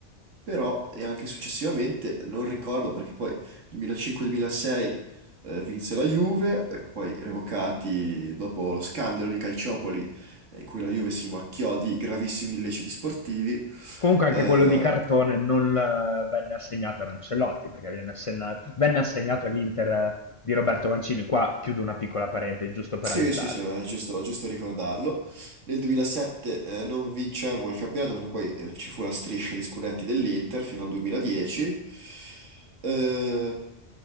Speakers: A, on the right; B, on the left.
A: però, e anche successivamente, non ricordo perché poi 2005-2006 eh, vinse la Juve, eh, poi revocati dopo lo scandalo di Calciopoli eh, in cui la Juve si macchiò di gravissimi illeciti sportivi.
B: Comunque anche
A: Eh,
B: quello di cartone non eh, venne assegnato ad Ancelotti, perché venne, assegna- venne assegnato all'Inter eh, di Roberto Mancini. Qua chiudo una piccola parentesi, giusto per
A: sì,
B: aiutarti.
A: sì, sì, è giusto, giusto ricordarlo. Nel 2007 eh, non vincemmo il campionato perché poi eh, ci fu la striscia di scudetti dell'Inter fino al 2010. Eh,